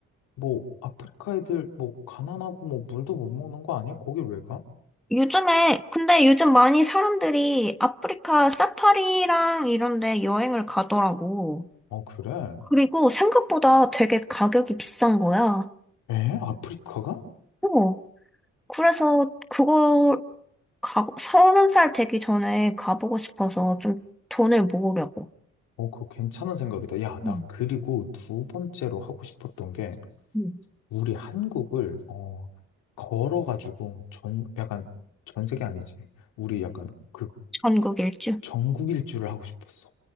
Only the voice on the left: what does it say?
뭐, 아프리카 애들, 뭐, 가난하고, 뭐, 물도 못 먹는 거 아니야? 거기 왜 가?
어, 그래?
에? 아프리카가?
어, 그거 괜찮은 생각이다. 야, 난
그리고 두 번째로 하고 싶었던 게,
우리 한국을 어 걸어가지고 전 약간 전 세계 아니지. 우리 약간 그
전국 일주를 하고 싶었어.